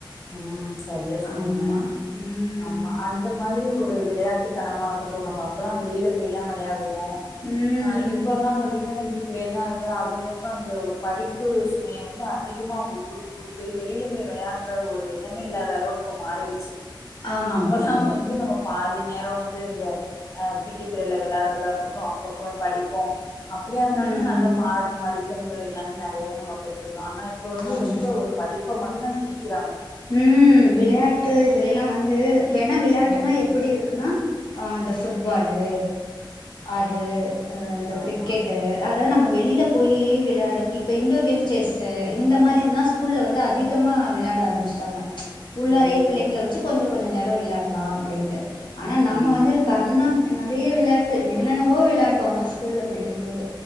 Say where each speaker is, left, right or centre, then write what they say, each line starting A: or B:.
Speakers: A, on the left; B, on the left.
A: ம் சேரியா சொன்னிங்க
B: ஆமா. ம்.
A: ஆமா அந் அந்த மாதிரி ஒரு விளையாட்டுத்தனமா இருக்கட்டு நம்ம அப்போலா வெளியில போய்லா விளையாடுவோ
B: ம்.
A: ஆ இப்ப எல்லா பாத்தீங்கன்னா வீட்டுக்குள்ளயே தா இருக்கு அதுவு இப்ப அந்த ஒரு படிப்பு சுமைய வந்து அதிகமா அவங்களுக்கு கொடுத்து கொடுத்து வெளியில போய் விளையா ஒரு ஒரு எண்ணமே இல்லாத அளவுக்கு இப்போ மாறிடுச்சு
B: ஆமா.
A: நம்மல்லா
B: கண்டிப்பா.
A: வந்து நம்ம பாதி நேரோ வந்து இந்த அ பிடி பிரியடுல விளையாடுறதா இருக்கட்டு அப்புறோ உக்காந்து படிப்போ அப்படியா இருந்தாலுமே
B: ம்.
A: நல்ல மார்க் மதிப்பெண்கள் எல்லாமே நெறைய தா நம்ம பெற்றிருந்தோ ஆனா இப்போ வந்து
B: ஆமா.
A: ரொம்ப ஒரு படிப்ப மட்டுதா திணிக்குறாங்க
B: ம் விளயாட்டு இதுலயெல்லா வந்து வேணா விளாட்டுனா
A: ம்.
B: எப் எப்புடி இருக்குன்னா ஆ இந்த ஃபுட்பாலு அது ஆ இந்த
A: ஆமா.
B: கிரிக்கெட்டு அதாது நம்ப வெளில போயி விளாட்ற இப்ப இன்டோர் கேம்ஸ் செஸ்சு இந்த மாரி இதுதா ஸ்கூல்ல வந்து அதிகமாக விளாட ஆரமிச் சாங்க உள்ளாரையே
A: ம்.
B: பிள்ளைங்கள வச்சி கொஞ்சோ கொஞ்சோ நேரோ விளையாட்லா அப்டின்ட்டு ஆனா நம்ம
A: ஆமா,
B: வந்து கண்ணம் நறைய விளையாட்டு என்னென்னவோ விளாண்டோ ஆனா ஸ்கூல்ல படிக்கு டிங்கு போது